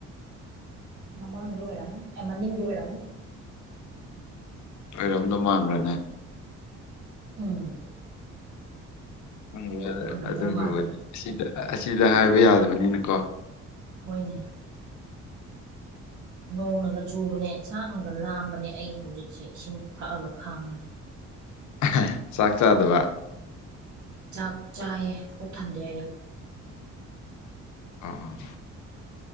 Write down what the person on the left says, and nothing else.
ꯑꯩꯔꯣꯝꯗꯣ ꯃꯥꯟꯕ꯭ꯔꯅꯦ
ꯍꯪ
ꯑꯗꯨꯒꯤꯕꯨꯗꯤ
ꯑꯁꯤꯗ ꯑꯁꯤꯗ ꯍꯥꯏꯕ ꯌꯥꯗꯕꯅꯤꯅꯀꯣ
ꯍꯦ ꯆꯥꯛ ꯆꯥꯗꯕ
ꯑꯥ ꯑ